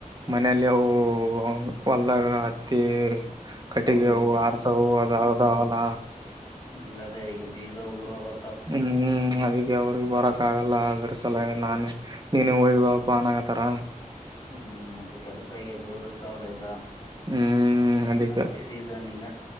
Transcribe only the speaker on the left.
ಹೌದು
ಈಗ
ಈಗ್ ಅದೇ ಈಗ ಬೀಜ ಉ <unintelligible>
ಹ್ಮ್ ಮತ್ತೆ ಕೆಲ್ಸ ಈಗೆ ಜೋರೋರ್ದ್ ತವ್ಲಿಗ.
ಹತ್ತಿ ಸಿದ ನೀಗ.